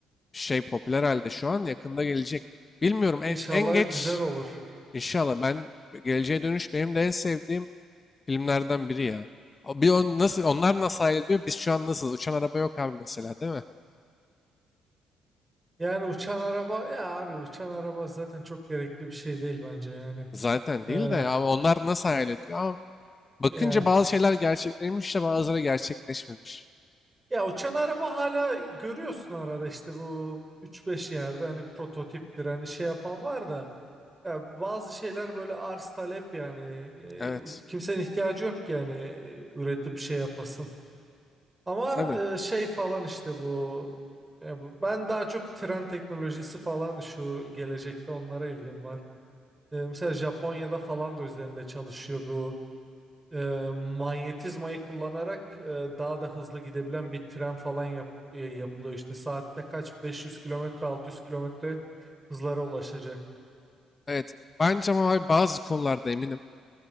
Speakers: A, on the left; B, on the right.
A: şey popüler halde şu an yakında gelecek. Bilmiyorum en,
B: İnşallah
A: en geç
B: güzel olur.
A: İnşallah ben Geleceğe Dönüş benim de en sevdiğim filmlerden biri ya. O- Bir on, nasıl onlar nasıl hayal ediyor? Biz şu an nasıl? Uçan araba yok abi mesela değil mi?
B: Yani uçan araba ya abi uçan araba zaten çok gerekli bir şey değil bence yani.
A: Zaten değil
B: Ee,
A: de ama onlar nasıl hayal ediyor? Ama bakınca
B: yani.
A: bazı şeyler gerçekleşmiş de bazıları gerçekleşmemiş.
B: Ya uçan araba hala görüyorsun arada işte bu üç beş yerde hani prototiptir hani şey yapan var da ya bazı şeyler böyle arz talep yani E,
A: Evet.
B: kimsenin ihtiyacı yok ki yani e, üretip şey yapasın. Ama
A: Tabii.
B: e, şey falan işte bu, ya bu ben daha çok tren teknolojisi falan şu gelecekte onlara ilgim var. E, mesela Japonya'da falan da üzerinde çalışıyor bu e, manyetizmayı kullanarak e, daha da hızlı gidebilen bir tren falan yap- e, yapılıyor işte saatte kaç 500 kilometre 600 kilometre hızlara ulaşacak.
A: Evet. Bence ama abi bazı konularda eminim.